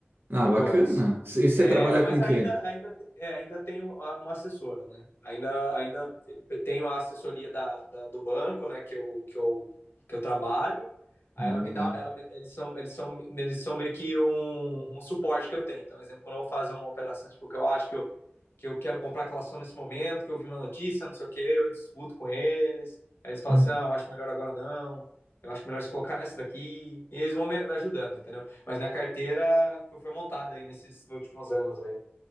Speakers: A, on the right; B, on the left.
A: Ah,
B: Oito
A: bacana.
B: anos.
A: E você
B: É,
A: trabalha
B: mas
A: com o
B: ainda,
A: quê?
B: ainda, é, ainda tenho a- uma assessora, né? Ainda, ainda tenho a assessoria da, da- do banco, né? Que eu, que eu, que eu trabalho. Aí
A: Ah,
B: ela
A: legal.
B: me dá, ela,
A: <clears throat>
B: me- eles são, eles são, eles são meio que um, um suporte que eu tenho. Então, por exemplo, quando eu vou fazer uma operação, tipo, que eu acho que eu, que eu quero comprar aquela ação nesse momento, que eu vi uma notícia, não sei o quê, eu discuto com eles. Aí eles falam
A: Hum.
B: assim, não, eu acho melhor agora não. Eu acho melhor se colocar nessa daqui. E eles vão me me ajudando, entendeu? Mas minha carteira foi, foi montada aí nesses últimos anos aí.